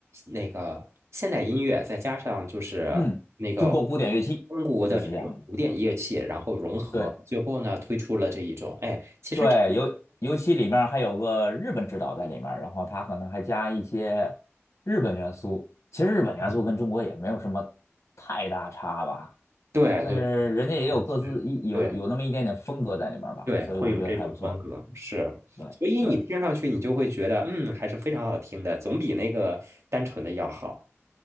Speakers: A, on the right; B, on the left.
A: 那个现代音乐，再加上就是
B: 嗯，
A: 那个
B: 中国古典乐器就是这样的
A: 中国的这种古典乐器，然后融合，
B: 对
A: 最后呢推出了这一种。哎，其实这个，
B: 对，尤尤其里面儿还有个日本指导在里面儿然后他可能还加一些日本元素。其实日本元素跟中国也没有什么
A: 嗯，
B: 太大差吧，
A: 对对对，
B: 但是人家也有各自一有有那么一点点风格在里面儿吧，
A: 其实是对。对，
B: 所以我觉得还不错。
A: 会有这种风格，是，
B: 对对。
A: 所以你听上去你就会觉得，嗯，还是非常好听的，总比那个单纯的要好。